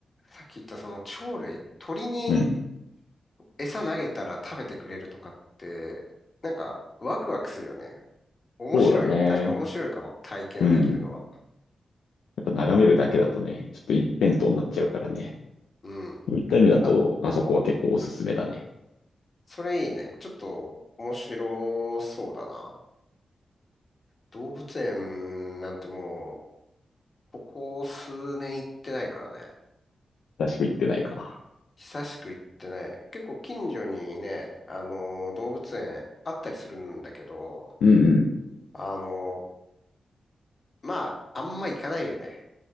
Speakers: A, on the left; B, on the left.
A: さっき言ったその鳥類、鳥に
B: うん。
A: 餌投げたら食べてくれるとかって、なんかワクワクするよね。面白い。
B: そうだね。
A: 確かに面白いかも。体験できるのは。
B: うん。やっぱ眺めるだけだとね、ちょっと一辺倒になっちゃうからね。
A: うん。
B: そういった意味だと、
A: あ、
B: あそこは結構おすすめだね。
A: それいいね。ちょっと面白そうだな。動物園なんてもう、ここ数年行ってないからね。
B: 確か行ってないか。
A: 久しく行ってない。結構近所にね、あの動物園あったりするんだけど、
B: うんうん。
A: あのまあ、あんま行かないよね。